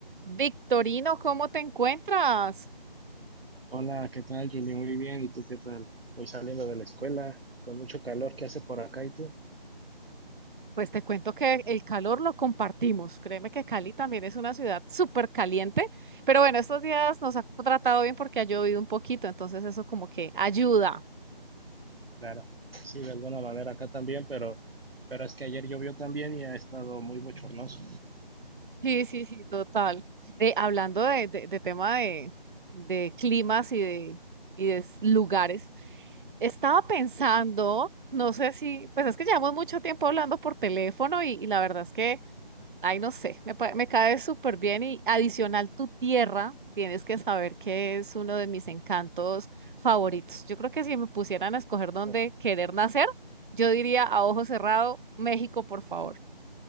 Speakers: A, on the right (about 60°); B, on the right (about 80°).
A: Victorino, ¿cómo te encuentras?
B: Hola, ¿qué tal, Julie? Muy bien, ¿y tú qué tal? Voy saliendo de la escuela con mucho calor que hace por acá, ¿y tú?
A: Pues te cuento que el calor lo compartimos. Créeme que Cali también es una ciudad súper caliente, pero bueno, estos días nos ha tratado bien porque ha llovido un poquito, entonces eso como que ayuda.
B: Claro, sí, de alguna manera acá también, pero, pero es que ayer llovió también y ha estado muy bochornoso.
A: Sí, sí, sí, total. Eh, hablando de, de- de tema de, de climas y de, y de s- lugares, estaba pensando, no sé si, pues es que llevamos mucho tiempo hablando por teléfono y y la verdad es que... Ay, no sé, me, pa- me cae súper bien y adicional tu tierra, tienes que saber que es uno de mis encantos favoritos. Yo creo que si me pusieran a escoger dónde
B: Oh,
A: querer nacer, yo diría a ojo cerrado, México, por favor.